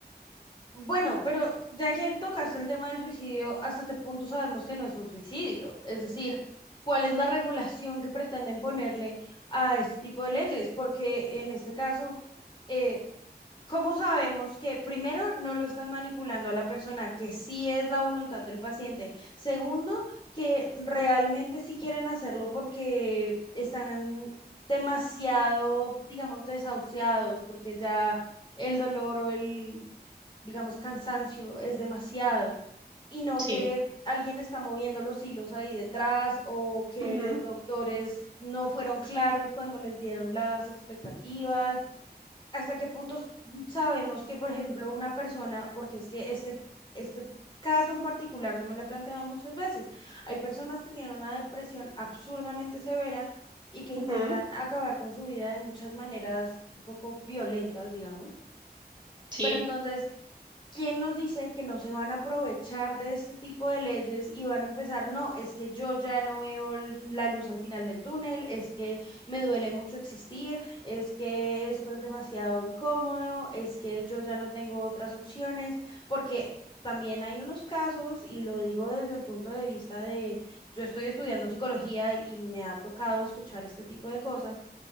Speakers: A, on the left (about 30°); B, on the right (about 25°).
A: Bueno, pero ya que tocaste el tema del suicidio, ¿hasta qué punto sabemos que no es un suicidio? Es decir, ¿cuál es la regulación que pretenden ponerle a este tipo de leyes? Porque en este caso, eh, ¿Cómo sabemos que primero no lo están manipulando a la persona, que sí es la voluntad del paciente? Segundo, que realmente sí quieren hacerlo porque están demasiado, digamos, desahuciados, porque ya el dolor o el, digamos, cansancio es demasiado. Y no
B: Sí.
A: que alguien está moviendo los hilos ahí detrás o que
B: Ujú,
A: los doctores no fueron claros cuando les dieron las expectativas hasta qué punto s- sabemos que, por ejemplo, una persona, porque es que este, este caso en particular, yo me lo he planteado muchas veces, hay personas que tienen una depresión absurdamente severa y que intentan
B: ujú,
A: acabar con su vida de muchas maneras un poco violentas, digamos.
B: Sí,
A: Pero entonces ¿Quién nos dice que no se van a aprovechar de este tipo de leyes y van a empezar? No, es que yo ya no veo la luz al final del túnel, es que me duele mucho existir, es que esto es demasiado incómodo, es que yo ya no tengo otras opciones, porque también hay unos casos, y lo digo desde el punto de vista de, yo estoy estudiando psicología y me ha tocado escuchar este tipo de cosas,